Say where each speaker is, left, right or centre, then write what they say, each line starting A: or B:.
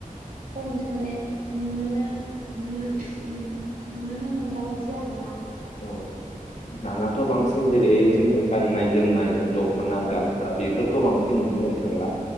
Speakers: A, on the right; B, on the left.
A: खमसै माने नुनोनो नुनोनो नुनोनो मोनला बायदि आर ना।
B: औ दानाथ' बांसिन जेरै जोंनि गाननाय जोमनाय दख खना
A: औ
B: गामसा बेफोरखौ बांसिन
A: औ
B: नुनो थांला।